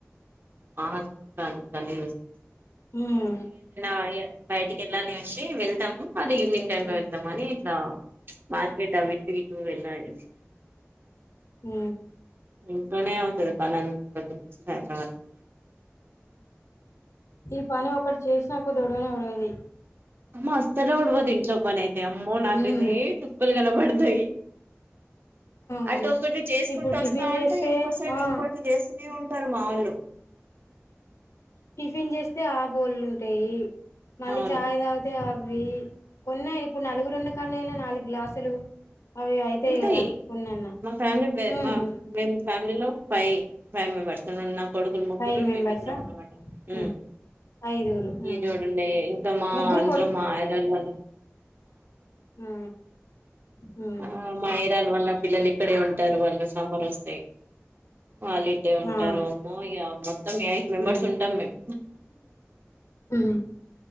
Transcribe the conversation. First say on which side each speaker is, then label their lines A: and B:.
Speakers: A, on the right; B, on the left.
A: మ హస్బెండ్ కుడా అన్ని
B: హ్మ్
A: ఆయనే తీస్ <unintelligible> బయటికి వెళ్ళాలి అంటే వెళ్తాము అది ఈవినింగ్ టైమ్
B: హ్మ్
A: లో వెళ్తాము అది ఇట్లా మార్కెట్ కవిట్ విట్టు వెళ్ళాము లేండి
B: మ్
A: ఇంట్లో అవుతాది పని అంత పొద్దున నుండి సాయంత్రం వరకు
B: ఈ పని ఒకటి చేసినాకొద్ది ఓడవనే ఒడ్వది
A: అమ్మో అస్సలే ఒడ్వది ఇంట్లో పని అయితే అమ్మో నకైతే
B: హ్మ్
A: చుక్కలు కనిపడ్ పడుతాయి
B: మరి
A: అటు ఒకటి చేసుకుంటు
B: ఇప్పుడు
A: వస్తా
B: టిఫిన్ చేస్తే
A: ఉంటే ఇంకో సైడ్
B: ఆ
A: ఇంకోటి చేస్తూనే ఉన్ టర్ మావొళ్ళు
B: టిఫిన్ చేస్తే ఆ బోళ్లు ఉంటాయి మళ్లీ
A: అవును
B: చాయ్ తాగితే ఆ వి కొన్నా ఇప్పుడు నలుగురున్న కానైనా నాలుగు గ్లాసులు అవి అయితాయి
A: ఎల్తాయి
B: కదా కొన్నన్నా
A: మా ఫ్యామిలీ పేరు
B: ఉమ్
A: మా మేము ఫ్యామిలీలో ఫై ఫైవ్ మెంబర్స్ నా కొడుకులు ముగ్గురు
B: ఫైవ్ మెంబర్సా
A: మేము ఇద్దరం అన్నమాట మ్
B: ఉమ్ ఐదుగురు ఉమ్
A: ఇగ చుడండి ఇంకా మా
B: ముగ్గురు
A: ఇంట్లో మ యారాలు వాళ్ళు
B: ఆ మ్
A: ఆ మా ఏరియా వల్ల పిల్లలు ఇక్కడే ఉంటారు వాళ్ళు సమ్మర్ వస్తే వాళ్ళు ఇటే ఉంటారు
B: ఆ
A: అమ్మో ఇగ మొత్తం ఎయిట్ మెంబర్స్
B: ఉమ్
A: ఉంటాం మేము
B: ఉహు